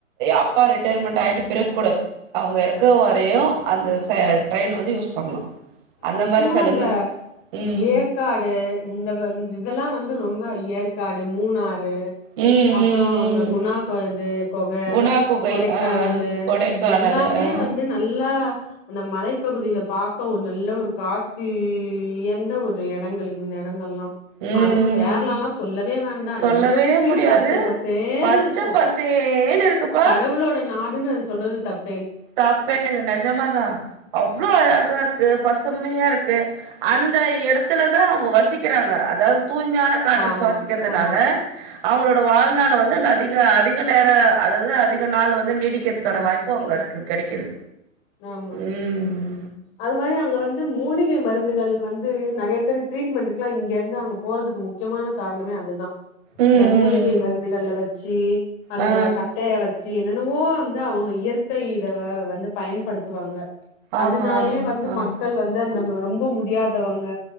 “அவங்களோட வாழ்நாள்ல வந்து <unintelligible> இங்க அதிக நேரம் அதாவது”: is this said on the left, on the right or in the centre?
Right